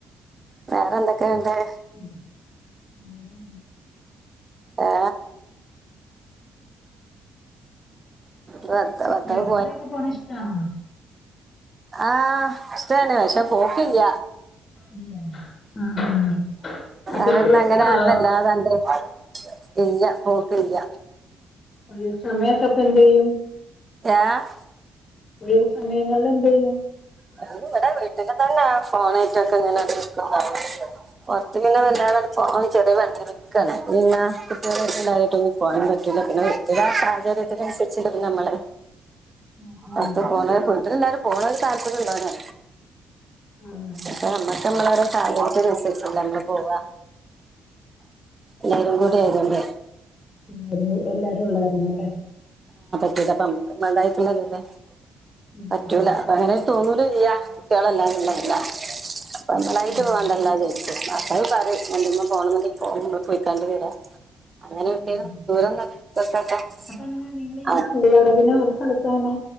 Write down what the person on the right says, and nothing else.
വേറെന്തൊക്കെ വേണ്ടേ?
ഏ ഭർത്ത- ഭർത്താവ്
ആഹ് ഇഷ്ടന്നെ, പക്ഷേ പോക്കില്ല.
അവിട്ന്നെങ്ങനെ
ആരു
<unintelligible> ഇല്ല പോക്കില്ല.
ഏഹ്
<unintelligible> ഇവിട <unintelligible> ഫോണായിറ്റൊക്കെ ഇങ്ങനെ നിക്ക <unintelligible> പൊറത്ത് പിന്നെ
വെല്ലാതങ്ങട് പോ <unintelligible> വന്ന് നിക്കാണ് പിന്നെ കുട്ടികളായിട്ട് എല്ലാരായിട്ടൊന്നും പോവാൻ പറ്റൂല്ല പിന്നെ എല്ലാ സാഹചര്യത്തിനനുസരി ച്ചിട്ട് നമ്മള്
പത്ത് പോണേ പോയിട്ട് എല്ലാരും പോണ ഒരു താല്പര്യം ഉള്ള ഓനേ
അപ്പ നമ്മക്കമ്മളെ ഓരോ സാഹചര്യം അനുസരിച്ചല്ലേ മ്മള് പോവാ. എല്ലാരും കൂടി ആയതൊണ്ട്
<unintelligible> അപ്പ മ്മക്ക് <unintelligible>
പറ്റൂല
അത അങ്ങനെ <unintelligible> കുട്ടികളെല്ലാംരും <unintelligible> മ്മളായിട്ട്
വേണ്ടന്നു വെച്ച് <unintelligible> <unintelligible> എന്തെങ്കിലും പോണന്നിണ്ടെൽ പോവും ഇവിടെ കോയിത്താണ്ടി വരെ അങ്ങനെ വിട്ടേന്
ദൂരം കാരണം ഇക്കൊക്കെ
ആ